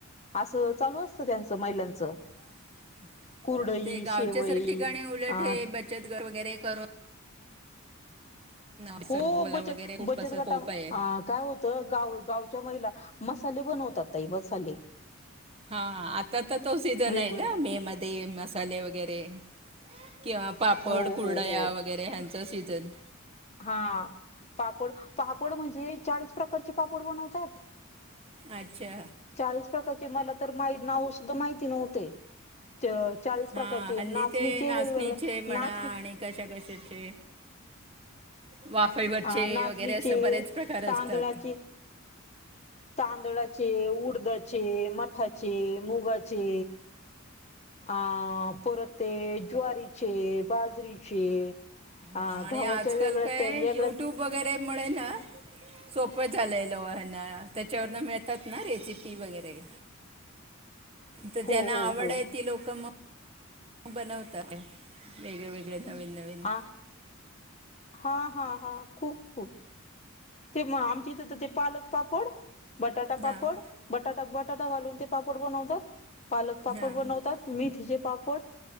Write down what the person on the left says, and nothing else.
असं चालू असतं त्यांचं महिलांचं.
कुरडई
शेवई
अ
हो
बचत
बचत
गटा
अ काय होतं गाव गावच्या महिला मसाले बनवतात ताई मसाले.
वेगवेग
हो
हो हो
हा. पापड पापड म्हणजे चाळीस प्रकारचे पापड बनवतात.
चाळीस प्रकारचे मला तर मा नाव सुद्धा माहिती नव्हते. चाळीस प्रकारचे
नाचणीचे
वेगवेगळे
नाचणी
अ नाचणीचे,
तांदळाचे.
तांदळाचे, उडदाचे, मठाचे, मुगाचे. अ परत ते ज्वारीचे बाजरीचे. अ
गव्हाच्या
वेगळ्या
वेगळ्याच
हो
हो
हो
आ. हा हा हा खूप खूप ते म आमच्या इथ ते पालक पापड.. बटाटा
पापड, बटाटा बटाटा घालून ते पापड बनवतात. पालक पापड
बनवतात मेथीचे.. पापड